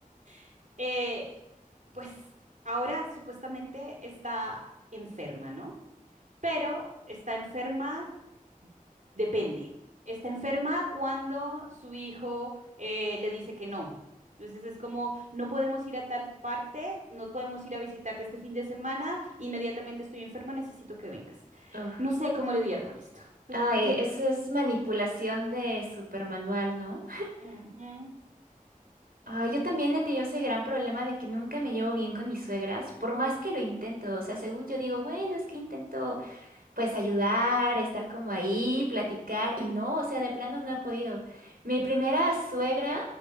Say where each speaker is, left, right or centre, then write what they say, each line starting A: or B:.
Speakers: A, on the right; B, on the right.
A: <laughs> eh, pues ahora supuestamente está enferma, ¿no? pero está enferma, depende. Está enferma cuando su hijo eh, le dice que no. Entonces es como, no podemos ir a tal parte, no podemos ir a visitarte este fin de semana, inmediatamente estoy enferma, necesito que vengas.
B: Uf.
A: No sé cómo lidiar con esto. ¿Tú,
B: Ay,
A: tú quieres?
B: eso es manipulación de supermanual, ¿no?
A: Ujú.
B: Ay, yo
A: ¿Qué-
B: también he tenido ese gran problema de que nunca me llevo bien con mis suegras, por más que lo intento. O sea, según yo digo, bueno, es que intento. pues ayudar, estar como ahí, platicar y
A: Mm,
B: no, o sea, de plano no he podido. Mi primera suegra